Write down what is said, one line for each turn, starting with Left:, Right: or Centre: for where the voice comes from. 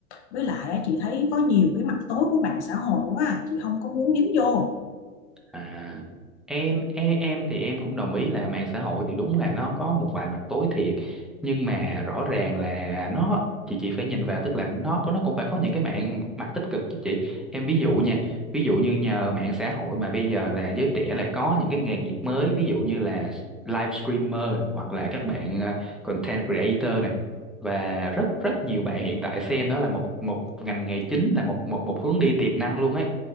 Left: với lại á, chị thấy có nhiều cái mặt tối của mạng xã hội quá à. chị không có muốn dính vô
Centre: À, em em em thì em cũng đồng ý là mạng xã hội thì đúng là nó có một vài mặt tối thiệt nhưng mà rõ ràng là nó chị chị phải nhìn vào tức là nó có nó cũng phải có những cái mạng mặt tích cực chứ chị em ví dụ nha ví dụ như nhờ mạng xã hội mà bây giờ là giới trẻ là có những cái nghề nghiệp mới ví dụ như là live streamer này, hoặc là các bạn ờ, content creator này và rất rất nhiều bạn hiện tại xem đó là một một ngành nghề chính là một một một hướng đi tiềm năng luôn ấy